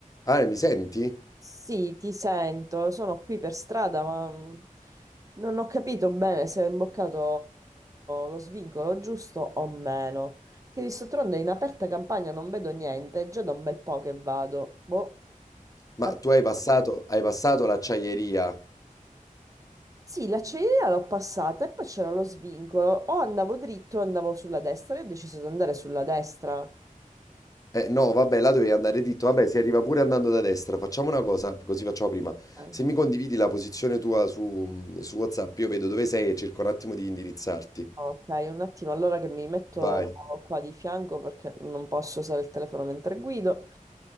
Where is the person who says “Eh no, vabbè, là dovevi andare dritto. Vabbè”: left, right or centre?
Left